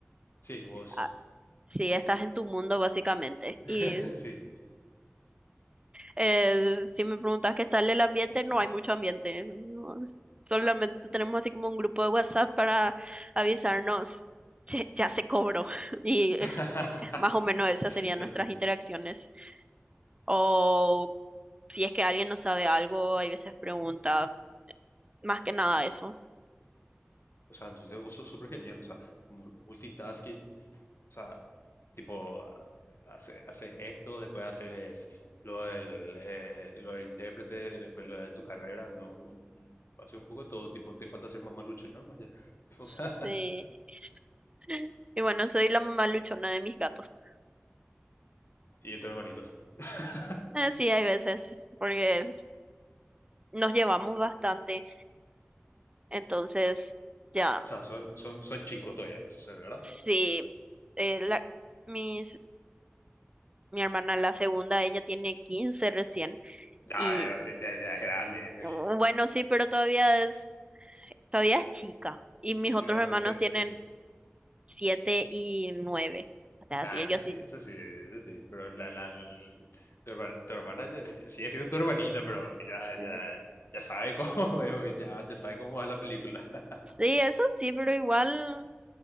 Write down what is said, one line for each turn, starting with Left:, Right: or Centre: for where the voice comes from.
Left: sí, vos,
Right: ah, sí, estás en tu mundo básicamente.
Left: <laughs>
Right: Y
Left: sí.
Right: Eh, si me preguntas qué tal el ambiente, no hay mucho ambiente. no, s- solamente tenemos así como un grupo de WhatsApp para avisarnos, "Che, ya se cobró. <laughs> Y eh,
Left: <laughs>
Right: más o menos esas
Left: Entonces,
Right: serían nuestras interacciones. O si es que alguien no sabe algo, hay veces pregunta, más que nada eso.
Left: O sea, entonces vos sos súper genial. O sea, mu- multitasking, o sea, tipo, hace- haces esto, después haces lo del, eh, lo del intérprete, después lo de tu carrera, ¿no? Hace un poco de todo, tipo, te falta ser más luchera, ¿no? Vaya. <laughs>
Right: Sí. <laughs> Y bueno, soy la mamá luchona de mis gatos.
Left: Y de tus hermanitos. <laughs>
Right: Eh, sí, hay veces, porque nos llevamos bastante, entonces ya.
Left: O sea, son, son, son chicos todavía, entonces, ¿verdad?
Right: Sí, eh, la, mis, mi hermana, la segunda, ella tiene 15 recién.
Left: Ya,
Right: Y
Left: ya, ya, ya es grande.
Right: oh, bueno, sí, pero todavía es, todavía es chica. Y mis
Left: Y
Right: otros
Left: bueno,
Right: hermanos
Left: se-
Right: tienen siete y nueve O sea,
Left: Ah,
Right: sí, ellos
Left: eso sí,
Right: sí.
Left: eso sí, eso sí. Pero la, la, la- la- tu, herma- tu hermana ya- sigue siendo tu hermanita, pero ya,
Right: Sí,
Left: ya, ya sabe cómo, <laughs> ya, ya sabe cómo va la película. <laughs>
Right: Sí, eso sí, pero igual,